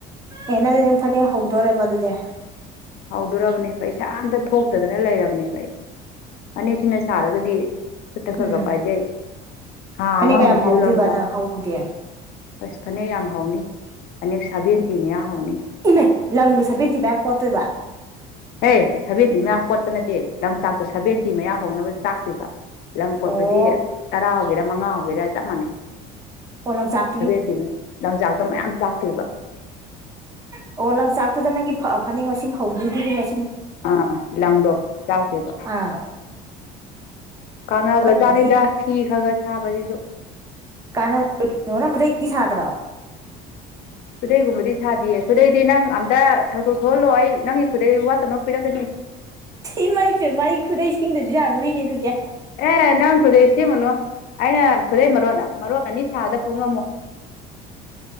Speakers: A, on the right (about 20°); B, on the left (about 55°).
A: ꯌꯦꯅ ꯑꯗꯨꯗꯅ ꯐꯅꯤ ꯍꯗꯣꯣꯔꯦ ꯃꯗꯨꯗꯤꯦ
B: ꯔꯕꯅꯤ ꯄꯩꯁꯥ ꯑꯝꯇ ꯊꯣꯛꯇꯗꯅ ꯂꯩꯔꯕꯅꯦꯕ ꯐꯅꯦꯛꯁꯤꯅ ꯁꯥꯔꯒꯗꯤ ꯈꯇ ꯈꯒ
A: ꯎꯝ
B: ꯄꯥꯏꯖꯦ ꯍꯥ
A: ꯐꯅꯦꯛ
B: ꯑꯃ
A: ꯀꯌꯥꯝ
B: ꯃꯨꯁꯤ
A: ꯍꯧꯗꯣꯏꯕ
B: ꯂꯝꯆꯥ
A: ꯅꯪ ꯍꯧꯕꯗꯤ
B: ꯑꯁ ꯐꯅꯦꯛ ꯌꯥꯝ ꯍꯧꯥꯎꯏ ꯑꯦꯛꯛ ꯁꯕꯦꯟꯇꯅ ꯌꯥ ꯍꯅꯤ
A: ꯏꯃꯦ ꯂꯅꯤꯡ ꯁꯕꯤꯔꯇꯕ ꯌꯥ ꯀꯣꯠꯇꯣꯏꯕ
B: ꯍꯦ ꯁꯚꯦꯟꯇꯤ ꯃꯌꯥ ꯀꯣꯠꯄ ꯅꯠꯇꯦ ꯂꯝꯆꯥꯛꯇꯣ ꯁꯚꯦꯟꯇꯤ ꯃꯌꯥ ꯍꯧꯅꯕ ꯆꯥꯛꯇꯣꯏꯕ ꯂꯝ ꯂꯝ ꯀꯣꯠꯄꯗꯤ
A: ꯑꯣ
B: ꯇꯔꯥ ꯍꯧꯒꯦꯔꯥ ꯃꯉꯥ ꯍꯧꯒꯦꯔꯥ ꯆꯞ ꯃꯥꯟꯅꯩ
A: ꯄꯣꯂꯛ ꯆꯥꯛ
B: ꯊꯕꯦꯠꯇꯤꯅ ꯂꯟꯖꯥꯛꯇꯣ ꯃꯌꯥꯝ ꯆꯥꯛꯇꯣꯏꯕ
A: ꯑꯣ ꯂꯪꯆꯥꯛꯇꯨꯗ ꯅꯪꯒꯤ ꯐꯅꯦꯛ ꯃꯁꯤꯡ ꯍꯧꯗꯣꯏꯗꯨꯔꯤꯕ
B: ꯑꯥ ꯂꯪꯗꯣ ꯆꯥꯛꯗꯦꯕ
A: ꯑꯥ
B: ꯀꯥꯟꯅꯒꯖꯥꯠꯅꯤꯗ
A: ꯑꯗꯨꯗꯤ
B: ꯐꯤ ꯈꯔꯒ ꯁꯍꯕꯖꯦꯁꯨ
A: ꯀꯥꯟꯅ ꯅꯪ ꯈꯨꯗꯩꯗꯤꯤ ꯁꯥꯗ꯭ꯔꯣ
B: ꯈꯨꯗꯩꯒꯨꯝꯕꯗꯤ ꯁꯥꯗꯌꯦ ꯈꯨꯗꯩꯗꯤ ꯅꯪ ꯑꯝꯇ ꯊꯧꯗꯣꯛ ꯊꯣꯛꯍꯜꯂꯣ ꯑꯩ ꯅꯪꯒꯤ ꯈꯨꯗꯩ ꯋꯥꯠꯇꯅꯕꯣ ꯄꯤꯔꯛꯀꯅꯤ
A: ꯏꯃꯥꯏꯁꯦ ꯃꯥꯏ ꯈꯨꯗꯩꯁꯤꯡꯗꯁꯨ ꯌꯥꯅꯨꯔꯤꯅꯦ ꯑꯗꯨꯗꯤ
B: ꯑꯦ ꯅꯪ ꯈꯨꯗꯩ ꯁꯦꯝꯒꯅꯨ ꯑꯩꯅ ꯈꯨꯗꯩ ꯃꯔꯣꯟ ꯃꯔꯣꯟ ꯑꯅꯤ ꯁꯥꯕꯗ ꯄꯨ ꯉꯝꯃꯣꯏ